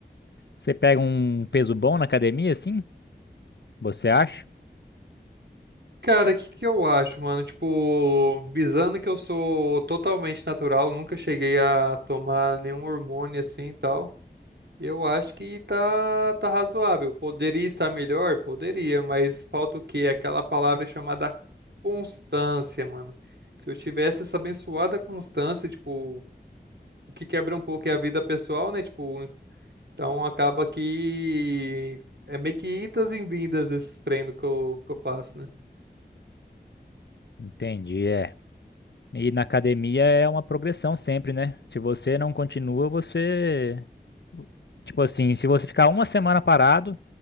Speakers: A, on the left (about 80°); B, on the right (about 75°).
A: você pega um peso bom na academia, assim? Você acha?
B: Cara, o que que eu acho, mano? Tipo, visando que eu sou totalmente natural, nunca cheguei a tomar nenhum hormônio assim e tal. Eu acho que tá, tá razoável. Poderia estar melhor? Poderia, mas falta o quê? Aquela palavra chamada constância, mano. Se eu tivesse essa abençoada constância, tipo, o que quebra um pouco é a vida pessoal, né? Tipo, então acaba que é meio que idas e vindas esses treinos que eu, que eu faço, né?
A: Entendi, é. E na academia é uma progressão sempre, né? Se você não continua, você. Tipo assim, se você ficar uma semana parado,